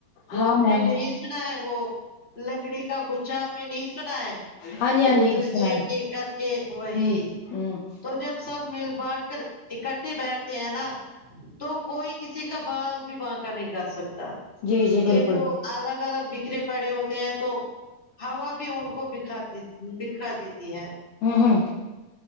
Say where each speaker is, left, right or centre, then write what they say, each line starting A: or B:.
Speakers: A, on the left; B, on the left.
A: وہ
B: ہاں
A: آپ
B: میم
A: نے نہیں سنا ہے وہ لکڑی کا گچھا آپ نے نہیں سنا ہے
B: ہاں جی ہاں
A: وہ
B: جی
A: جو
B: سنا
A: ایک
B: ہے
A: ایک کر کے وہی
B: ہوں ہوں
A: تو جب سب مل بانٹ کر اکٹھے بیٹھتے ہیں نا تو کوئی کسی کا بال بھی بعکہ نہیں کر سکتا
B: جی جی
A: یہ
B: بالکل
A: جو الگ الگ بکھرے پڑے ہوتے ہیں تو ہوا بھی ان کو ب کھا بکھرا دیتی ہے
B: ام